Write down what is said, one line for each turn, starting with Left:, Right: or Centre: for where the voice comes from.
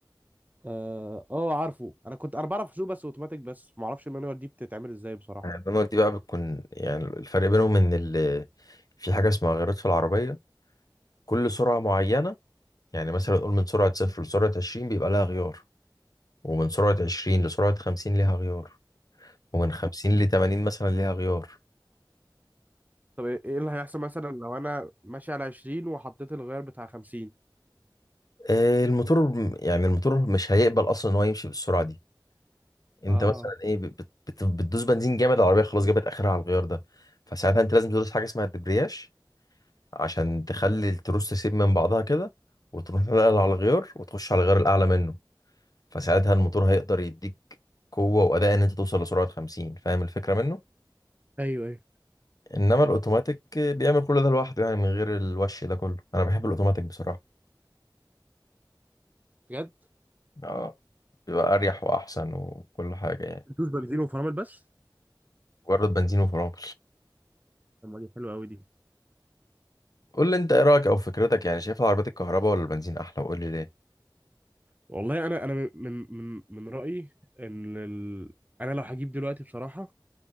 Right: اه آه، عارفه انا كنت انا بعرف اسوق بس اوتوماتيك بس ما اعرفش المانيوال دي بتتعمل ازاي بصراحه
Left: يعني المانوال دي بقى بتكون يعني الفرق بينهم ان ال... في حاجة اسمها غيارات في العربية كل سرعة معينة يعني مثلا نقول من سرعة صفر لسرعة عشرين بيبقى لها غيار ومن سرعة عشرين لسرعة خمسين ليها غيار ومن خمسين لتمانين مثلا ليها غيار
Right: طب ايه إيه اللي هيحصل مثلا لو انا ماشي على 20 وحطيت الغير بتاع 50
Left: آه، الموتور يعني الموتور مش هيقبل اصلا ان هو يمشي بالسرعه دي انت
Right: اه
Left: مثلا ايه بت- بت- بتدوس بنزين جامد العربيه خلاص جابت اخرها على الغيار ده فساعتها انت لازم تدوس حاجه اسمها الدبرياج عشان تخلي التروس تسيب من بعضها كده وتروح نقل على الغيار وتخش على الغيار الاعلى منه فساعتها الموتور هيقدر يديك قوه واداء ان انت توصل لسرعه 50 فاهم الفكره منه
Right: ايوه ايوه
Left: انما الاوتوماتيك بيعمل كل ده لوحده يعني من غير الوش ده كله انا بحب الاوتوماتيك بصراحه
Right: بجد
Left: اه بيبقى اريح واحسن وكل حاجه يعني
Right: بتدوس بنزين وفرامل بس
Left: مجرد بنزين وفرامل
Right: طب ما دي حلوه قوي دي
Left: قول لي انت ايه رايك او فكرتك يعني شايف العربيات الكهرباء ولا البنزين احلى وقول لي ليه
Right: والله انا انا من من من من رايي ان ال... انا لو هجيب دلوقتي بصراحه